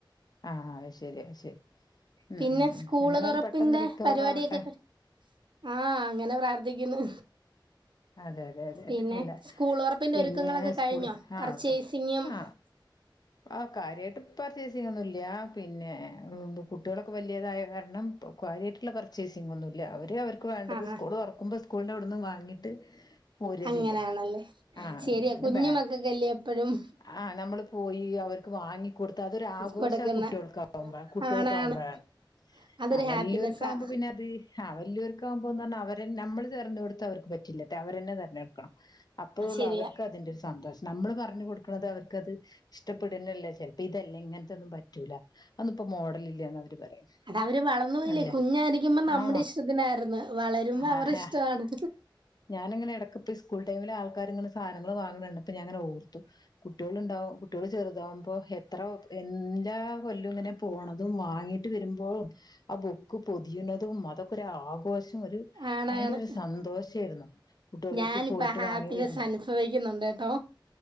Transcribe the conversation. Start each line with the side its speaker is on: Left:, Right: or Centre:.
Left: ആ അത് ശരി അത് ശരി ഉം
Right: പിന്നെ
Left: ഉം ഉം
Right: സ്കൂള്
Left: എങ്ങനായാലും
Right: തോറപ്പിന്റെ
Left: പെട്ടെന്ന് റിക്കവർ
Right: പരിവാടിയൊക്കെ
Left: ആവട്ടെ
Right: ക ആഹ് അങ്ങനെ പ്രാർത്ഥിക്കുന്ന്
Left: അതെ അതെ അതെ
Right: പിന്നെ
Left: അതെ അല്ല
Right: സ്കൂൾ ഒറപ്പിന്റെ
Left: പിന്നെ
Right: ഒരുക്കങ്ങളൊക്കെ
Left: സ്കൂള്
Right: കഴിഞ്ഞോ പർച്ചേസിങ്ങും
Left: ആ ആ
Right: <unintelligible>
Left: ആ കാര്യയിട്ട് പർച്ചേയ്‌സിങ്ങോന്നില്ല്യ പിന്നെ കുട്ട്യോളൊക്കെ വല്ല്യതായ കാര്ണം പ്പൊ കാര്യായിട്ട്ള്ള പർച്ചേയ്‌സിങ്ങോന്നു ഇല്ല്യ അവര് അവര് ക്ക്‌ വേണ്ടത്
Right: ആഹ്
Left: സ്കൂള്
Right: ആഹ്
Left: തോർക്കുമ്പോ സ്കൂൾന്റെ അവ്ട്ന്ന് വാങ്ങീട്ട് പോരാചെയ്യാ
Right: അങ്ങനെയാണല്ലേ
Left: അങ്ങനെ
Right: ശരിയാ
Left: പിന്നെ
Right: കുഞ്ഞു
Left: ബ
Right: മക്കൾക്കല്ലേ എപ്പഴും
Left: ആ നമ്മള് പോയി അവര്ക്ക് വാങ്ങി കൊടുത്ത് അതൊരാഘോഷ
Right: കൊടുക്കുന്ന
Left: കുട്ട്യോൾക്കാവുമ്പഴാ കുട്ട്യോൾകാവുമ്പോഴാണ്
Right: ആണാണ് അതൊരു
Left: ആഹ് വല്ല്യോര്ക്ക്
Right: ഹാപ്പിനെസ്സാ
Left: ആവുമ്പ പിന്നെ അത് ആഹ് വല്ല്യോർക് ആവുമ്പോന്നർഞ്ഞാ അവരെ നമ്മള് തെര്ഞ്ഞോട്‌ത്ത അവര്ക്ക് പറ്റില്ല അവരെന്നെ തെര്ഞ്ഞെട്‌ക്കണം അപ്പോഴുള്ള
Right: ശരിയാ
Left: അവര്ക്ക് അതിന്റെ ഒരു സന്തോഷം നമ്മള് പർഞ് കൊടുക്ക്ണത് അവർക്ക് അത് ഇഷ്ടപ്പെടുന്നല്ല ചെൽ അപ്പൊ ഇതല്ലേ ഇങ്ങൻത്തെന്നും പറ്റൂല അതൊന്ന്പ്പ മോഡല് ഇല്ല്യാന്ന് അവര് പറയും
Right: അവര് വള ന്നൂല്ല്യ
Left: അല്ലേ
Right: കുഞ്ഞായിരിക്കുമ്പം നമ്മടെ
Left: ആ
Right: ഇഷ്ടത്തിനായിരുന്നു വളരുമ്പോ
Left: ആഹ്
Right: അവരെ ഇഷ്ടാണ്
Left: ആഹ് ഞാന് ഇങ്ങനെ എടക്പ്പോ സ്കൂൾ ടൈമില് ആൾക്കാര്ങ്ങനെ സാനങ്ങള് വാങ്ണണ്ടപ്പോ ഞാ ഇങ്ങനെ ഓർത്തു കുട്ട്യോളുണ്ടാവു കുട്ട്യോള് ചെറ്താവുമ്പൊ എത്ര എല്ലാ കൊല്ലു ഇങ്ങനെ പോണതും വാങ്ങീട്ട് വരുമ്പോ ആ ബുക്ക് പൊതിയ്‌ണതും അതൊക്ക ഒര് ആഘോഷം ഒരു
Right: ആണാണ്
Left: ഭയങ്കര ഒരു സന്തോഷേര്ന്നു കുട്ട്യോളായിട്ട്
Right: ഞാനിപ്പ
Left: പോയിട്ട്
Right: ഹാപ്പിനെസ്
Left: വാങ്ങി വര്നത്
Right: അനുഭവിക്കുന്നുണ്ട് കേട്ടോ